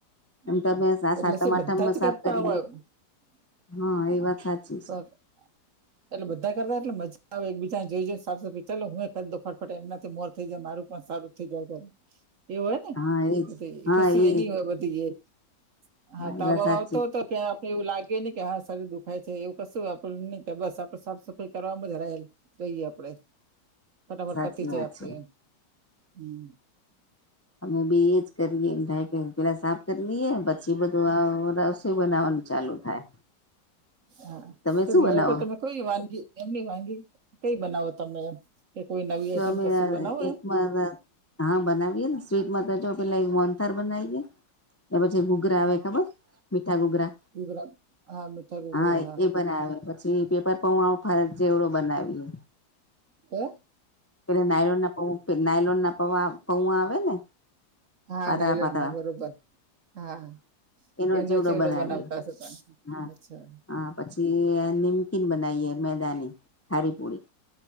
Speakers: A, on the right (about 50°); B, on the left (about 20°).
A: હમ્મ.
B: એમ તમે
A: એટલે
B: સાતમ
A: શું
B: આઠમમાં
A: બધા જ
B: સાફ
A: કરતા
B: કરીએ
A: હોય. <unintelligible>
B: હા એ વાત સાચી છે
A: <inaudible> એટલે બધા કરતા એટલે મજા આવે, એક બીજાન જોઈ-જોઈન સાફ-સફાઈ, ચલો હું એ કર દઉં ફટફટે, એમનાથી મોર થઈ જાય, મારું પણ સારું થઈ જાય ઘર. એવું હોય ને?
B: હા એજ
A: એ તે
B: હા
A: ખુશી
B: એ
A: એની હોય બધ ધી એ. હા તાવ-બાવ
B: એ વાત સાચી
A: આવતો હતો કે આપણે એવું લાગે નહીં, કે હા શરીર દુખાય છે. એવું કશું આપણું નહીં, કે બસ આપણે સાફ-સફાઈ કરવામાં જ રહેલ રહીએ આપણે. ફટાફટ
B: સાચી
A: પતી જાય
B: વાત
A: આપણે
B: છે
A: એમ. હમ્મ.
B: અમે બી એજ કરીએ. <inaudible> પહેલાં સાફ કર લીએ, પછી બધ ધું આવ રસોઇ બનાવવાનું ચાલુ થાય.
A: હા.
B: તમે
A: તો
B: શું
A: દિવાળી
B: બનાવો
A: પર તમે કોઈ વાનગી એમ નહીં, વાનગી કંઈ બનાવો તમે એમ કે કોઈ નવી આઈટમ
B: જો અમે
A: કશું બનાવો એમ?
B: <unintelligible> હા બનાવીએે ને. સ્વીટમાં તો જો પહેલા એક મોહનથાળ બનાઈએે. એ પછી ઘુઘરા
A: હા
B: આવે ખબર? મીઠા ઘુઘરા?
A: ઘૂઘરા હા મીઠા ઘૂઘરા
B: હા એ બનાવે. પછી પેપર પૌવા, ફરારી ચેવડો બનાવીએ.
A: કે
B: પહેલાં નાઈલોનના પૌવ નાયલોન પવા-પૌવા આવે ને?
A: હા
B: પાતળા
A: નાઈલોનના.
B: પાતળા
A: હા બરોબર. હા.
B: એનો
A: એનોઈ ચેવડો
B: બનાવીએ
A: બનાવતા હશો તમે?
B: હા
A: અચ્છા.
B: હા પછી એ નિમકીન બનાઈએ મેદાની. ખારી પુરી.